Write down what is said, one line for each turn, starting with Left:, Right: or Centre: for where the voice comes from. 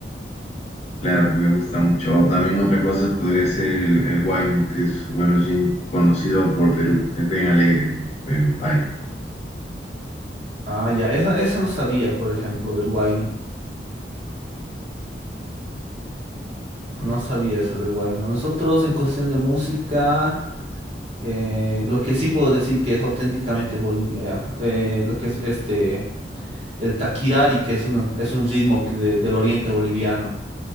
Left: claro, me gusta mucho. O también otra cosa podría ser el, el huayno, que es, bueno, es bien conocido por Perú. Es bien alegre el, el país.
Right: Ah, ya, eso, eso no sabía, por ejemplo, del Huayno. No sabía eso del Huayno. Nosotros en cuestión de música, eh, lo que sí puedo decir que es auténticamente Bolivia, ya, eh, lo que es este, el taquirari, que es un, es un ritmo que de- del oriente boliviano.